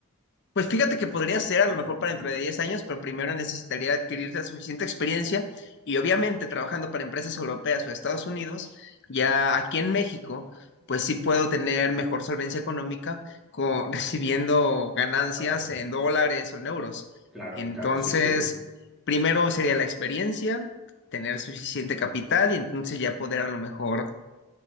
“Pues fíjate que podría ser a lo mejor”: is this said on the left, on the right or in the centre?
Left